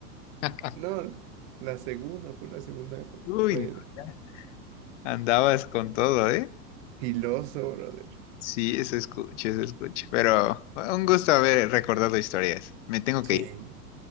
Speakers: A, on the left; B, on the right.
A: <laughs>
B: No, la segunda fue la segunda
A: Uy,
B: raya
A: no,
B: del
A: ya. Andabas con todo, ¿eh?
B: filoso, brother.
A: Sí, eso escucho, eso escucho. Pero bueno, un gusto haber recordado historias. Me tengo que
B: Sí.
A: ir.